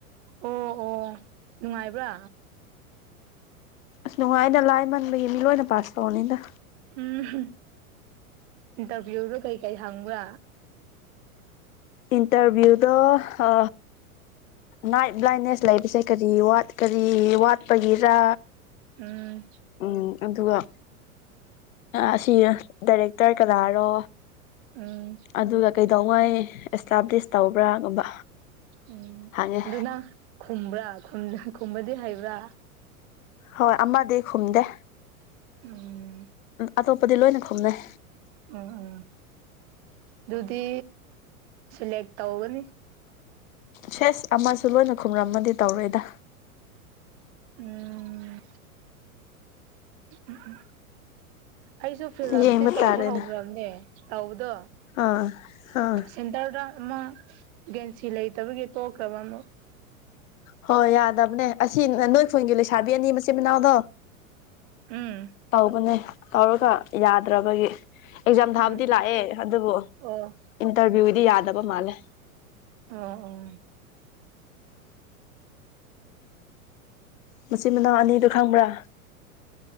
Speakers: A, on the right; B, on the left.
A: ꯑꯣ ꯑꯣ ꯅꯨꯡꯉꯥꯏꯕ꯭ꯔꯥ
B: ꯑꯁ ꯅꯨꯡꯉꯥꯏꯅ ꯂꯥꯏ ꯃꯟꯕꯒꯤ ꯃꯤ ꯂꯣꯏꯅ ꯄꯥꯁ ꯇꯧꯔꯅꯤꯗ
A: ꯎꯝ ꯏꯟꯇꯔꯚꯤꯌꯨꯗ ꯀꯩꯀꯩ ꯍꯪꯕ꯭ꯔꯥ
B: ꯏꯟꯇꯔꯚꯤꯌꯨꯗ ꯑ ꯅꯥꯏꯠ ꯕ꯭ꯂꯥꯏꯅꯦꯁ ꯂꯩꯕꯁꯦ ꯀꯔꯤꯠ ꯀꯔꯤ ꯋꯥꯠꯄꯒꯤꯔ
A: ꯎꯝ
B: ꯎꯝ ꯑꯗꯨꯒ ꯑꯁꯤ ꯗꯥꯏꯔꯦꯛꯇꯔ ꯀꯅꯥꯔꯣ
A: ꯎꯝ
B: ꯑꯗꯨꯒ ꯀꯩꯗꯧꯉꯩ ꯑꯦꯁꯇꯥꯕ꯭ꯂꯤꯁ ꯇꯧꯕ꯭ꯔꯥꯒꯨꯝꯕ
A: ꯎꯝ
B: ꯍꯪꯉꯦ
A: ꯑꯗꯨꯅ ꯈꯨꯝꯕ꯭ꯔꯥ ꯈꯨꯝꯕꯗꯤ ꯍꯩꯕ꯭ꯔꯥ
B: ꯍꯣꯏ ꯑꯃꯗꯤ ꯈꯨꯝꯗꯦ
A: ꯎꯝ
B: ꯑꯇꯣꯞꯄꯗꯤ ꯂꯣꯏꯅ ꯈꯨꯝꯅꯩ
A: ꯎꯝ ꯎꯝ ꯑꯗꯨꯗꯤ ꯁꯂꯦꯛ ꯇꯧꯒꯅꯤ
B: ꯁꯦꯁ ꯑꯃꯁꯨ ꯂꯣꯏꯅ ꯈꯨꯝꯔꯝꯃꯗꯤ ꯇꯧꯔꯣꯏꯗ
A: ꯎꯝ ꯎꯝ ꯎꯝ ꯑꯩꯁꯨ ꯐꯤꯜ ꯑꯞꯇꯤ
B: ꯌꯦꯡꯕ
A: ꯇꯧꯕ
B: ꯇꯥꯔꯦꯅ
A: ꯍꯧꯈ꯭ꯔꯕꯅꯦ ꯇꯧꯕꯗꯣ
B: ꯑꯥ ꯑꯥ
A: ꯁꯦꯟꯇꯔꯗ ꯑꯃ ꯒꯦꯟꯁꯤ ꯂꯩꯇꯕꯒꯤ ꯇꯣꯛꯈ꯭ꯔꯕ ꯑꯃ
B: ꯍꯣꯏ ꯌꯥꯗꯕꯅꯦ ꯑꯁꯤ ꯅꯣꯏ ꯈꯣꯏꯟꯒꯤ ꯂꯩꯁꯥꯕꯤ ꯑꯅꯤ ꯃꯆꯤꯟ ꯃꯅꯥꯎꯗꯣ
A: ꯎꯝ
B: ꯇꯧꯕꯅꯦ ꯇꯧꯔꯒ ꯌꯥꯗ꯭ꯔꯕꯒꯤ ꯑꯦꯛꯖꯥꯝ ꯊꯥꯕꯨꯗꯤ
A: ꯎꯝ
B: ꯂꯥꯛꯑꯦ ꯑꯗꯨꯕꯨ
A: ꯑꯣ
B: ꯏꯟꯇꯔꯚꯤꯌꯨꯗꯤ ꯌꯥꯗꯕ ꯃꯥꯜꯂꯦ
A: ꯑ ꯑꯣ
B: ꯃꯆꯤꯟ ꯃꯅꯥꯎ ꯑꯅꯤꯗꯨ ꯈꯪꯕ꯭ꯔꯥ